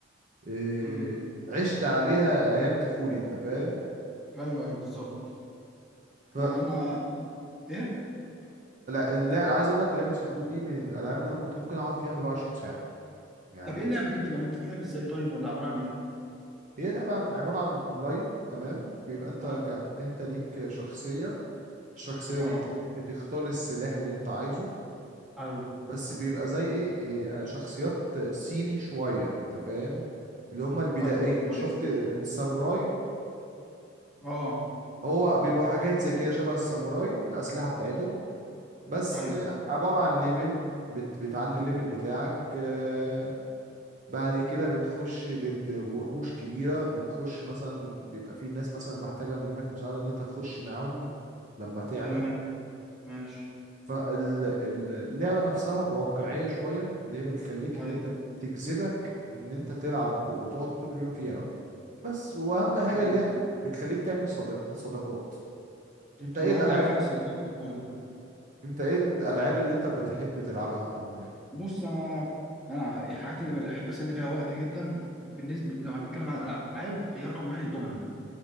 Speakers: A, on the right; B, in the centre.
A: إيه،
B: امم
A: عشت عليها ايام طفولي انت فاهم
B: ايوه ايوه بالظبط
A: ف
B: لا انا ايه
A: اللعب عايز اقول لك لعبه سكرو دي من الالعاب اللي انا كنت ممكن اقعد فيها 24 ساعه يعني
B: طب ايه
A: من-
B: اللعبه دي بتبقى بتتلعب ازاي طيب ولا عباره عن ايه
A: هي لعبه عن- عباره عن اونلاين تمام بيبقى انت
B: ايوه
A: ك... انت ليك شخصيه الشخصيه
B: اه
A: دي انت بتختار السلاح اللي انت عايزه
B: ايوه
A: بس بيبقى زي ايه إيه، شخصيات صيني شويه انت فاهم اللي هم البدائيه
B: ايوه ايوه
A: شفت
B: ايوه
A: الساموراي
B: اه
A: هو بيبقوا حاجات زي كده شبه الساموراي الاسلحه بتاعتهم بس
B: ايوه
A: آه، عبارة عن ليفل بت... بتعلي الليفل بتاعك آه، بعد كده بتخش ضد وحوش كبيرة بتخش مثلا بيبقى في ناس مثلا محتاجة منك مساعدة ان انت تخش معاهم لما تعلى
B: تمام ماشي
A: فاللعبة نفسها واقعية شوية اللي هي بتخليك اللي
B: ايوه
A: انت تجذبك ان انت تلعب وتقعد طول اليوم فيها بس واهم
B: ايوه
A: حاجة اللي
B: أيوة.
A: هي بتخليك تعمل صداق... صداقات انت ايه
B: هي
A: الالعاب
B: اهم حاجه فيها الصداقات في الحوار ده
A: انت ايه الالعاب اللي انت بتحب تلعبها او يعني
B: بص انا انا الحاجات اللي بحب اسلي بيها وقت جدا بالنسبه لو هنتكلم على الالعاب فهي رقم واحد الدومنه